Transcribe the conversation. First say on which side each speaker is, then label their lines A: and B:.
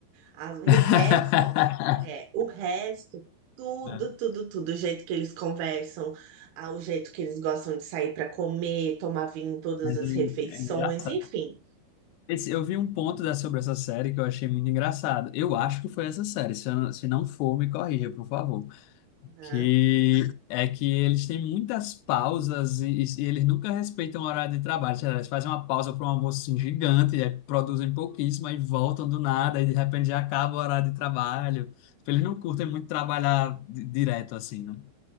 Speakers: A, on the right; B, on the left.
A: As- o
B: <laughs>
A: resto, é, o resto, tudo,
B: É,
A: tudo, tudo, o jeito que eles conversam, ah, o jeito que eles gostam de sair para comer, tomar vinho em todas
B: Mas
A: as
B: é,
A: refeições,
B: é engraçado.
A: enfim,
B: Esse- eu vi um ponto da, sobre essa série que eu achei muito engraçado. Eu acho que foi essa série. Se, eu não- se não for, me corrija, por favor.
A: né?
B: que é que eles têm muitas pausas e, e eles nunca respeitam o horário de trabalho. Sei lá, Eles fazem uma pausa para um almoço assim, gigante, e aí produzem pouquíssimo, aí voltam do nada, e de repente já acaba o horário de trabalho. Tipo, Eles não curtem muito trabalhar di- direto assim, né?